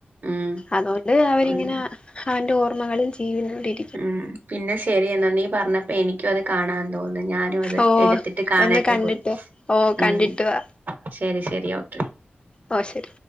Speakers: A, on the right; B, on the left.
A: ഉം
B: അതുകൊണ്ട് അവരിങ്ങനെ
A: ഉം
B: അവന്റെ ഓർമ്മകളിൽ ജീവനോടി
A: ഉം പിന്നെ ശരി എന്നാ നീ പറഞ്ഞപ്പോ എനിക്കത് കാണാൻ തോന്നുന്നു ഞാനും അത്
B: ഓ
A: എടുത്തിട്ട് കാണട്ട്
B: ഒന്ന് കണ്ടിട്ട്
A: പോയി
B: ഓ കണ്ടിട്ട്
A: ഉം
B: വാ
A: ശരി ശരി ഒക്കെ
B: ഓ ശരി